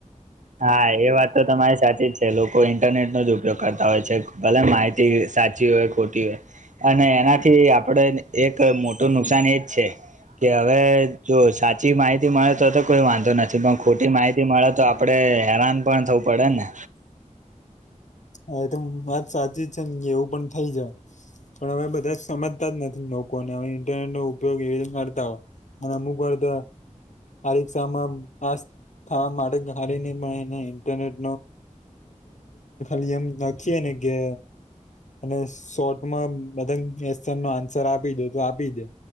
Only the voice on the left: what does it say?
હા એતો વાત સાચી જ છે, એવું પણ થઈ જાય. પણ હવે બધા સમજતા જ નથી લોકોને હવે ઇન્ટરનેટ નો ઉપયોગ એવી રીતે કરતા હોય. અને અમુક વાર્ધ આ પરિક્ષામાં પાસ. થવા માટે ધારી નહી પણ એને કેમ કે <unintelligible> ઇન્ટરનેટ. <unintelligible> એમ લખીએ ને કે. અને શોર્ટમાં બધા ક્વેશ્ચન નો આન્સર આપી દે તો આપી દે.